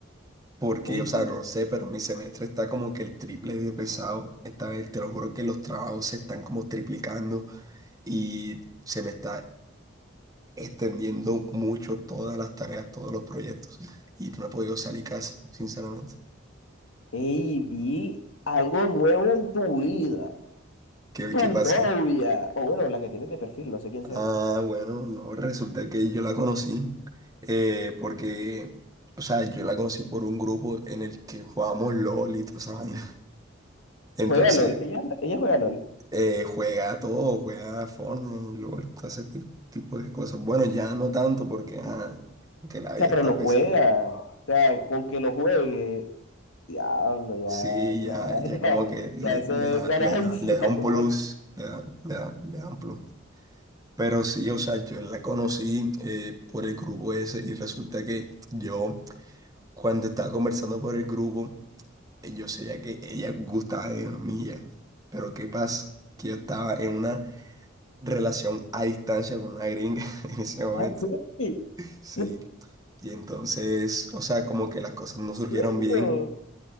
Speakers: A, on the right (about 20°); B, on the left (about 80°).
A: Porque,
B: Ey,
A: o sea, no sé, pero mi semestre está como que el triple de pesado. Esta vez, te lo juro que los trabajos se están como triplicando. y se me está extendiendo mucho todas las tareas, todos los proyectos y no he podido salir casi, sinceramente.
B: ey, vi algo nuevo en tu vida.
A: ¿Qué,
B: Tu
A: qué
B: novia.
A: pasa?
B: O bueno, la que tienes de perfil, no sé quién sea.
A: Ah, bueno, no, resulta que yo la conocí eh, porque, o sea, yo la conocí por un grupo en el que jugábamos LOL y toda esa vaina. <laughs> Entonces,
B: Juega LOL. Ella, anda- ella juega LOL. O
A: eh, juega todo, juega Fortnite, LOL, todo ese ti- tipo de cosas. Bueno, ya no tanto porque, ah, porque la
B: sea,
A: vida
B: pero
A: está
B: lo juega.
A: pesada.
B: O sea, con que lo juegue. Diablo, ya,
A: Sí, ya,
B: ya,
A: ya
B: <laughs>
A: como
B: ya,
A: que le,
B: ya, eso
A: le da,
B: es ganancia,
A: le da, le da un
B: <laughs> ¿cómo
A: plus,
B: así?
A: le da, le da, le da un plus. Pero sí, o sea, yo la conocí eh, por el grupo ese y resulta que yo, cuando estaba conversando por el grupo, eh, yo sabía que ella gustaba de mí ya Pero ¿qué pasa? Que yo estaba en una relación a distancia con una gringa <laughs> en ese momento.
B: ¿Cómo así?
A: Sí.
B: ¿En
A: Y entonces, o sea, como que las cosas no
B: serio?
A: surgieron bien.